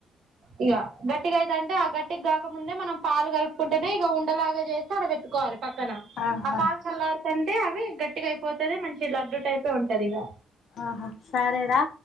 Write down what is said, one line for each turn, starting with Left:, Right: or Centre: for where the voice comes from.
Right: ఇగ గట్ ట్టిగా అయితాంటే ఆ గట్టిగాకముందే మనం పాలు కలుపుకుంటేనే ఇగఉండలాగా జేసి ఆడ బెట్టుకోవాలే పక్కన
Left: ఆహా
Right: ఆ పాలు చల్లారుతంటే అవి గట్టిగా అయిపోతది మంచి లడ్డు టైపే ఉంటది ఇగ
Left: ఆహ సరేరా